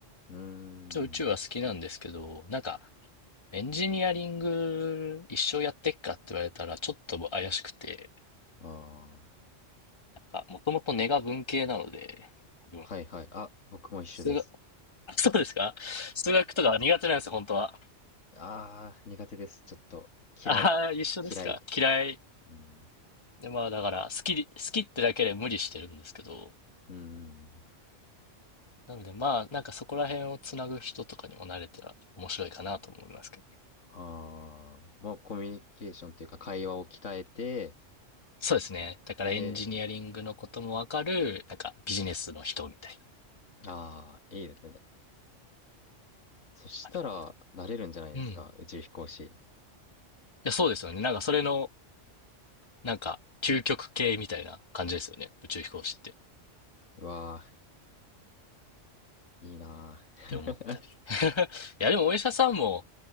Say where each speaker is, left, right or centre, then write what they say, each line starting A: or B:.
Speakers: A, on the left (about 75°); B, on the left (about 20°).
A: うーん。
B: 一応宇宙は好きなんですけど、なんか、エンジニアリング一生やってっかって言われたらちょっと怪しくて、
A: ああ。
B: なんか、もともと根が文系なので、多分、
A: はいはい。あ、僕も一緒です。
B: 数学、<laughs> あそうですか数学とか苦手なんですよ、本当は。
A: ああー、苦手です。ちょっと、嫌い。
B: ああ、一緒ですか嫌い。
A: 嫌い。うん。
B: で、まあだから、好き、好きってだけで無理してるんですけど、
A: うん。
B: なのでまあ、なんかそこら辺をつなぐ人とかにも慣れたら面白いかなと思いますけどね。
A: ああ、もうコミュニケーションというか会話を鍛えて、
B: そうですね。だからエンジニアリングのこともわかる、
A: で、
B: なんかビジネスの人みたいな。
A: ああ、いいですね。そしたら、
B: あ、でも、
A: なれるんじゃないですか。
B: うん。
A: 宇宙飛行士。
B: や、そうですよね。なんかそれの、なんか、究極系みたいな感じですよね。宇宙飛行士って。っ
A: うわあ、いいな
B: て思ったり。
A: あ。
B: <laughs> いや、でもお医者さんも、